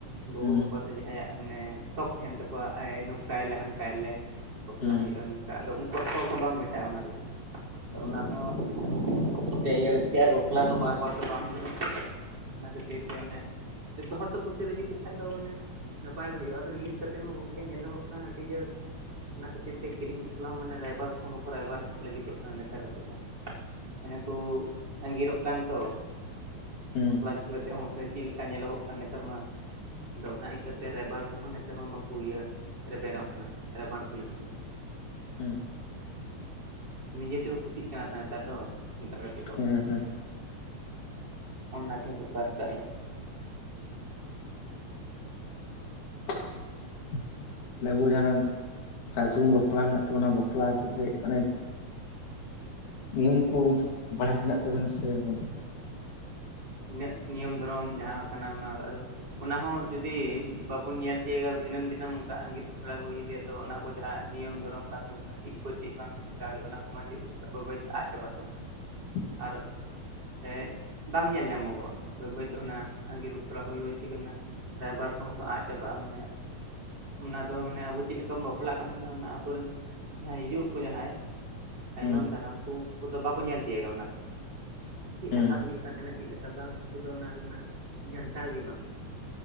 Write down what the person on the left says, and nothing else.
ᱦᱩᱸ
ᱦᱩᱸ
ᱦᱩᱸ
ᱦᱩᱸ
ᱦᱮᱸ
ᱦᱮᱸ ᱦᱮᱸ
<unintelligible> ᱛᱟᱦᱞᱮ ᱟᱵᱚ ᱡᱟᱦᱟᱸ ᱥᱟᱨ ᱥᱟᱹᱜᱩᱱ ᱵᱟᱯᱞᱟ ᱢᱮᱱᱟᱜ ᱛᱟᱵᱚᱱᱟ ᱵᱟᱯᱞᱟ ᱨᱮ ᱚᱱᱮ ᱱᱤᱭᱚᱢ ᱠᱚ ᱵᱟᱲᱟᱭ ᱢᱮᱱᱟᱜ ᱛᱟᱵᱚᱱᱟ ᱥᱮ ᱵᱟᱱᱩᱜ ᱛᱟᱵᱚᱱᱟ
<unintelligible>
ᱦᱩᱸ
ᱦᱩᱸ